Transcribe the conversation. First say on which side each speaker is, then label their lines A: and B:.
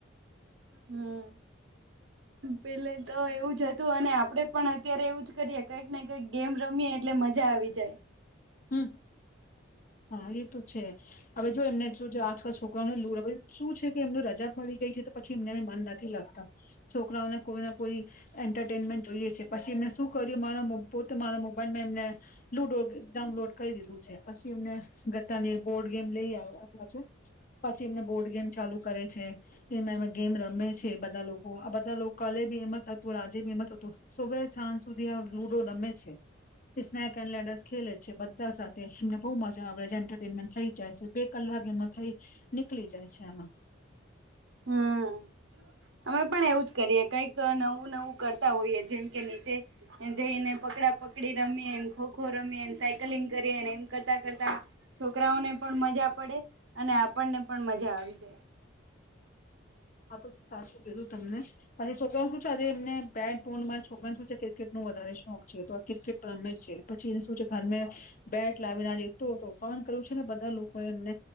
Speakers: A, on the right; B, on the left.
A: હમ પેલે તો એવું જ હતું અને આપડે પણ અત્યારે એવું જ કરીએ કંઈક ને કંઈક ગેમ રમીએ એટલે મજા આવી જાય.
B: હમ. હ એ તો છે. હવે જો એમને શું છે આજકાલ છોકરાઓને લ હ શું છે કે એમને રજા પડી ગઈ છે તો પછી એમને મન નથી લાગતા <inaudible> કોઈ એન્ટરટેનમેન્ટ જોઈએ છે પછી એને શું કરું મારા પોતે મારા મોબાઈલમાં એમને લુડો ડાઉનલોડ કરી દીધું છે પછી એમને ગત્તાને બોર્ડ ગેમ લઈ આઓ.. આપડા છે <inaudible> પછી એમને બોર્ડ ગેમ ચાલુ કરે છે એમાં એવા ગેમ રમે છે બધા લોકો આ બધા લોકો કાલે બી એમ જ હતું આજે બી એમ જ હતું સવાર સાંજ સુધી આ લુડો રમે છે સ્નેક એન્ડ લેડૅસ ખેલે છે.. બધા સાથે એમને બહુ મજા આવે છે એન્ટરટેનમેન્ટ થઈ જાય છે બે કલાક એનો થઈ નીકળી જાય છે એમાં..
A: હમ્મ. અમે પણ એવું જ કરીએ કઈક નવું નવું કરતા હોઈએ જેમ કે નીચે જઈને પકડા પકડી રમીએને ખો ખો રમીએને સાયકલિંગ કરીએ એમ કરતા કરતા છો છોકરાઓને પણ મજા પડે.. અને આપણને પણ મજા આવી જાય.
B: હા તો સાચું કીધું તમને.. પછી છોકરાઓ શું છે આજે એમને બેટ બોલ મારા છોકરાને શું છે ક્રિકેટ નો વધારે શોખ છે તો આ ક્રિકેટ પણ રમે જ છે પછી એ શું છે.. ઘરમે બેટ લાવીને એટલો તોફાન કર્યું છે ને બધા લોકો એ એમને